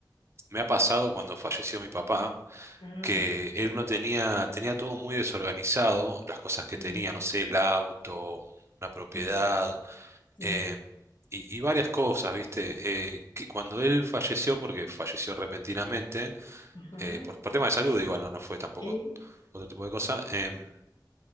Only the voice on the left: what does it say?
Ah,
mm,
mm, sí.
Ajá.
eh,